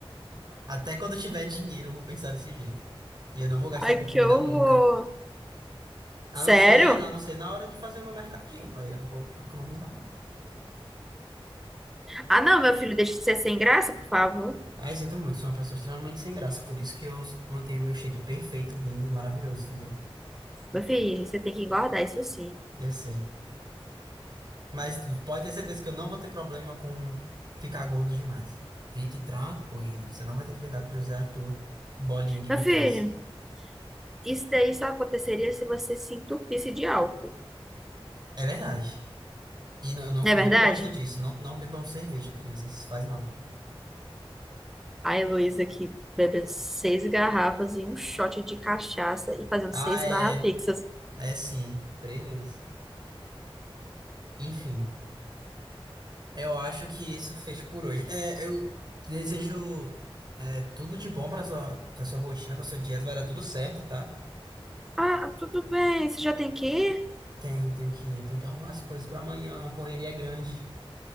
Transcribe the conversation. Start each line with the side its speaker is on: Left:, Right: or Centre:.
Right: Até quando eu tiver dinheiro, eu vou pensar desse jeito. E eu não vou gastar
Centre: ai,
Right: com
Centre: que
Right: comida
Centre: horror.
Right: nunca. A
Centre: Sério?
Right: não ser, a não ser na hora de fazer o meu mercadinho. Aí eu não vou economizar, não.
Centre: Ah, não, meu filho, deixa de ser sem graça, por favor.
Right: Aí sinto muito, sou uma pessoa extremamente sem graça. Por isso que eu mantenho meu shape perfeito, lindo, maravilhoso, entendeu?
Centre: Meu filho, você tem que engordar, isso sim.
Right: Eu sei. Mas pode ter certeza que eu não vou ter problema com ficar gordo demais. Fique tranquilo Você não vai ter que lidar com o José Arthur bolinha Game
Centre: Meu filho.
Right: Please.
Centre: Isso daí só aconteceria se você se entupisse de álcool,
Right: É verdade. E não- eu não,
Centre: não
Right: eu
Centre: é verdade?
Right: não gosto disso. Não, não bebam cerveja, crianças. Faz mal.
Centre: A Heloísa aqui bebendo seis garrafas e um shot de cachaça e fazendo
Right: Ah,
Centre: seis
Right: é.
Centre: barra fixas.
Right: É sim. Três vezes. Enfim. Eu acho que isso fez por hoje. É, eu desejo é, tudo de bom para sua, pra sua rotina, para sua dieta, vai dar tudo certo, tá?
Centre: Ah, tudo bem, você já tem que ir?
Right: Tem, tenho que, eu tenho que arrumar as coisas para amanhã, a correria é grande.